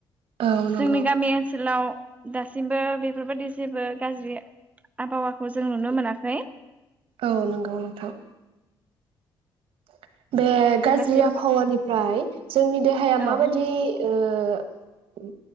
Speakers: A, on the right; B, on the right.
A: औ नंगौ
B: जोंनि गामि ओनसोलाव दासिमबो बेफोरबाददि जेबो गाज्रि आबहावाखौ जों नुनो मोनाखै।
A: औ नंगौ नोंथां <inaudible> बे गाज्रि
B: दासिम
A: आबहावानिफ्राय जोंनि देहाया
B: औ
A: माबायदि ओ ओ